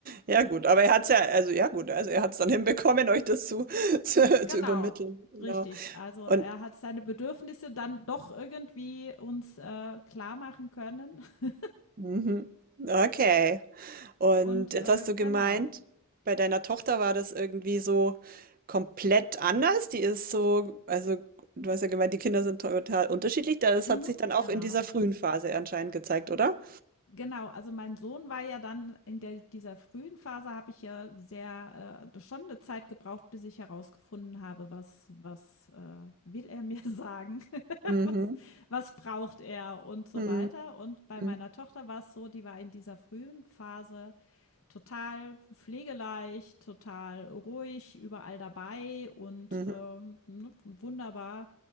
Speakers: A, on the right (about 40°); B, on the left (about 65°).
A: Ja gut, aber er hat's ja also ja gut, also er hat's dann hinbekommen, euch das zu <laughs> zu
B: genau,
A: zu übermitteln, genau.
B: richtig. Also
A: Und
B: er hat seine Bedürfnisse dann doch irgendwie uns äh, klar machen können <laughs>
A: mhm, okay. Und
B: und
A: jetzt
B: äh,
A: hast du gemeint,
B: genau,
A: bei deiner Tochter war das irgendwie so komplett anders. Die ist so also du hast ja gemeint, die Kinder sind total unterschiedlich. Das
B: mhm,
A: hat sich dann auch
B: genau.
A: in dieser frühen Phase anscheinend gezeigt, oder?
B: Genau, also mein Sohn war ja dann in der dieser frühen Phase habe ich ja sehr äh, schon eine Zeit gebraucht, bis ich herausgefunden habe, was was, äh, will er mir <laughs> sagen? <laughs>
A: Mhm.
B: Was was braucht er und so
A: Mhm.
B: weiter. Und bei
A: Mhm.
B: meiner Tochter war es so, die war in dieser frühen Phase total pflegeleicht, total ruhig, überall dabei und
A: Mhm.
B: ähm, ne, wunderbar.